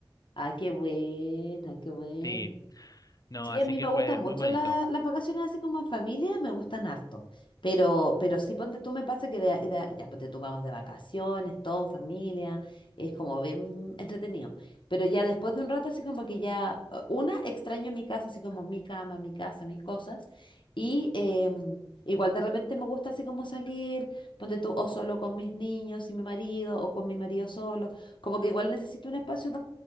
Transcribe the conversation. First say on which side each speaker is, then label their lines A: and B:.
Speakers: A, on the left; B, on the left.
A: ah, qué buena, qué buena.
B: sí, no,
A: Sí,
B: así
A: a mí
B: que
A: me gustan
B: fue
A: mucho
B: muy bonito.
A: la- las vacaciones así como en familia, me gustan harto. Pero, pero sí, ponte tú, me pasa que de, de- ya, ponte tú, vamos de vacaciones, todo en familia, es como bien entretenido. Pero ya después de un rato, así como que ya, eh, una, extraño mi casa, así como mi cama, mi casa, mis cosas. Y em, igual de repente me gusta así como salir, ponte tú, o solo con mis niños y mi marido, o con mi marido solo. Como que igual necesito un espacio